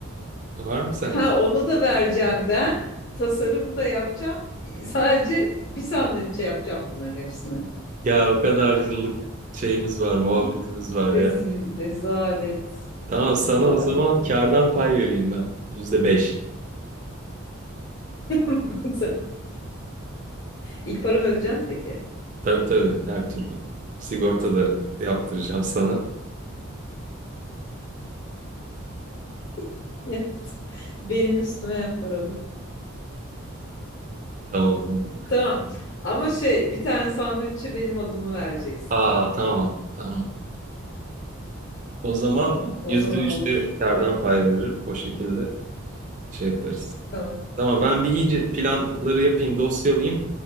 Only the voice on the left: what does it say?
Ha onu da vereceğim ben. Tasarımı da yapacağım. Sadece bir sandviçe yapacağım bunların hepsini.
<laughs>
Rezil,
rezalet,
rezalet.
<laughs> Yoksa ilk paramı ödeyeceksin peki.
<laughs> Ya, Benim üstüme yap paramı.
Tamam. Ama şey bir tane sandviçe benim adımı vereceksin.
Tamam o
zaman
olur.
Tamam.